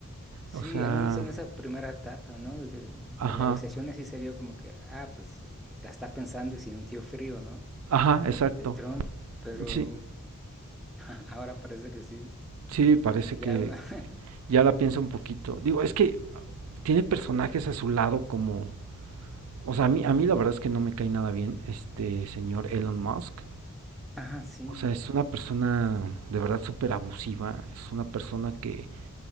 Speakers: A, in the centre; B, on the right (about 85°).
A: Sí,
B: O sea,
A: al menos en esa primera etapa, ¿no? De, que- de
B: ajá,
A: negociaciones sí se vio como que, ah, pues la está pensando y sintió frío, ¿no?
B: ajá, exacto.
A: El Trump, pero
B: Sí,
A: <laughs> ahora parece que sí.
B: sí, parece que
A: Ya, <laughs>
B: ya la piensa un poquito. Digo, es que tiene personajes a su lado como, o sea, a mí, a mí la verdad es que no me cae nada bien este señor Elon Musk.
A: ah, sí,
B: O sea, es una persona de verdad súper abusiva, es una persona que